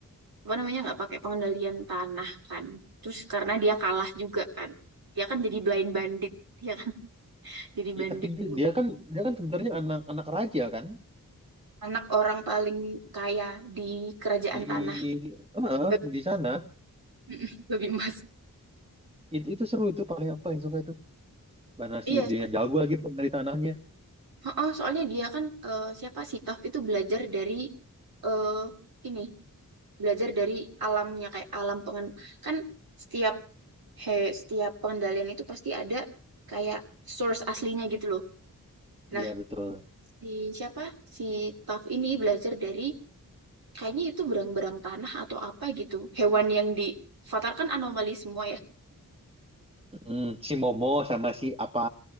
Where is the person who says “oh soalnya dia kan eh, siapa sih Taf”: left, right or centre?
Right